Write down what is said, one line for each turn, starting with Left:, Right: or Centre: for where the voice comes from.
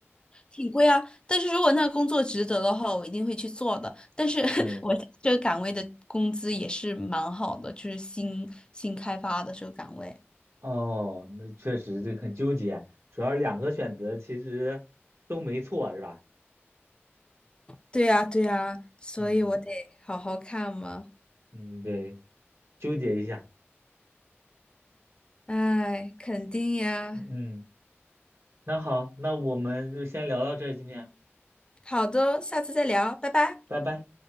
Left: 挺贵啊，但是如果那个工作值得的话，我一定会去做的。但是 <laughs>
Right: 对，
Left: 我这个岗位的工资也是蛮好的，就是新新开发的这个岗位。
Right: 哦，那确实这很纠结，主要两个选择其实都没错，是吧？
Left: 对呀，对呀，所以我得好好看嘛。
Right: 嗯嗯，对，纠结一下。
Left: 哎，肯定呀。
Right: 嗯，嗯那好，那我们就先聊到这儿，今天。
Left: 好的，下次再聊，拜拜。
Right: 拜拜。